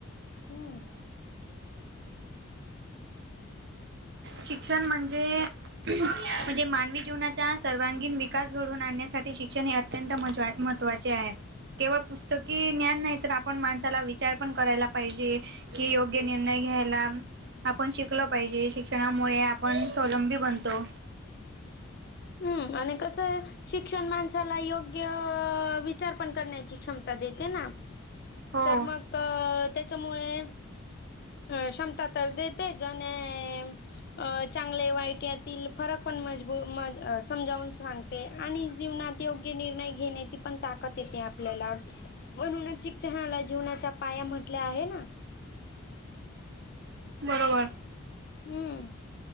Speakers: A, on the left (about 50°); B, on the right (about 50°).
A: हम्म
B: शिक्षण म्हणजे. म्हणजे मानवी जीवनाच्या सर्वांगीण. विकास घडून आणण्यासाठी शिक्षण हे अत्यंत म महत्त्वाचे, आहे. केवळ पुस्तकी ज्ञान नाही तर आपण माणसाला विचार पण करायला पाहिजे. कि योग्य निर्णय घ्यायला. आपण शिकल पाहिजे. शिक्षणामुळे आपण स्वलंबी बनतो.
A: हम्म आणि कसं आहे. शिक्षण माणसाला योग्य विचार पण करण्याची क्षमता देते ना..
B: हो
A: तर मग अ त्याच्यामुळे. क्षमता तर देतेच आणि अ चांगले वाईट यातील फरक पण मजबूत म समजावून सांगते आणि जीवनात योग्य निर्णय घेण्याची पण ताकद येते आपल्याला म्हणूनच चिकचणाला जीवनाच्या पाया म्हटल्या आहे ना
B: बरोबर
A: हम्म